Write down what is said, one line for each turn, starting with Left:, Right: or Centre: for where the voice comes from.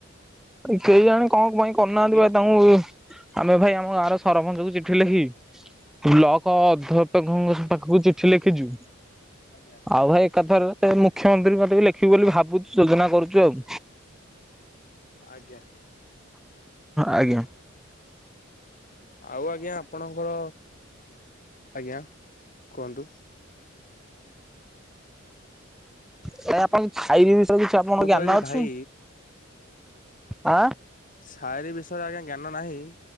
Centre: କେଇଜାଣି କଣ ପାଇଁ କରନାହାନ୍ତି
Left: ଆଜ୍ଞା
Centre: ଭାଇ ତାଙ୍କୁ ଆମେ ଭାଇ ଆମ ଗାଁର ସରପଞ୍ଚଙ୍କୁ ଚିଠି ଲେଖି ବ୍ଲକ ଅଧ୍ୟାପକଙ୍କ ପାଖକୁ ଚିଠି ଲେଖିଛୁ।
Left: ଆଜ୍ଞା
Centre: ଆଉ ଭାଇ ଏକାଥରକେ ମୁଖ୍ୟମନ୍ତ୍ରୀଙ୍କୁ ଲେଖିବୁ ବୋଲି ଭାବୁଛି ଯୋଜନା କରୁଛୁ ଆଉ।
Left: ଆଜ୍ଞା
Centre: ଆଜ୍ଞା
Left: ଆଉ ଆଜ୍ଞା ଆପଣଙ୍କର, ଆଜ୍ଞା କୁହନ୍ତୁ?
Centre: ଭାଇ ଆପଣଙ୍କ ଛାଇବ ବିଷୟରେ କିଛି ଆପଣଙ୍କ
Left: ମୁଁ କହିଲି
Centre: ଜ୍ଞାନ ଅଛି?
Left: ଭାଇ
Centre: ଆ
Left: ଶାଡି ବିଷୟରେ ଆଜ୍ଞା ଜ୍ଞାନ ନାହିଁ।